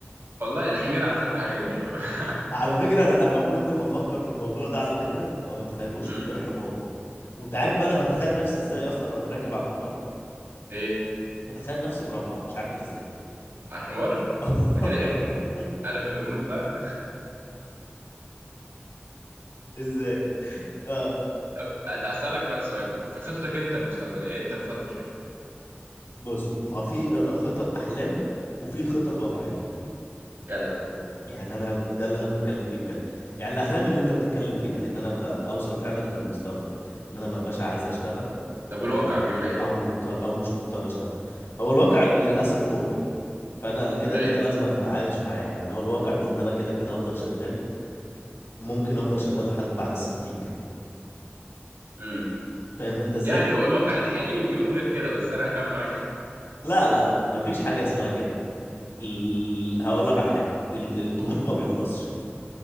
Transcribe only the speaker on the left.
على فكره انا انا كل ما افكر في الموضوع ده على فكره ما بتخيلوش
من غير حمار وانت عارف بقى انا بتخيل نفسي ازاي اصلا وانا راكب على الحمار
بتخيل نفسي مربع مش عارف ازاي
<laughs>
ازاي اه
بص ما في آه، خطط احلام وفي خطط واقعيه
يعني انا ده اللي انا بتكلم فيه بجد يعني الاحلام اللي انت بتتكلم فيه ده ان انا ابقى أبقى اوصل فعلا للمستوى ده ان انا ما ابقاش عايز اشتغل
آه،
او
مضطر او مش مضطر اشتغل هو الواقع للاسف مؤلم فانا كده
كده لازم أنا هتعايش معاه يعني هو الواقع بيقول ان انا كده كده هفضل شغال ممكن افضل شغال لحد بعد الستين كمان
فاهم انت ازاي
لا لا لا مفيش حاجه اسمها كده ال... هقول لك على حاجه ال... الطموح
ما بيخلصش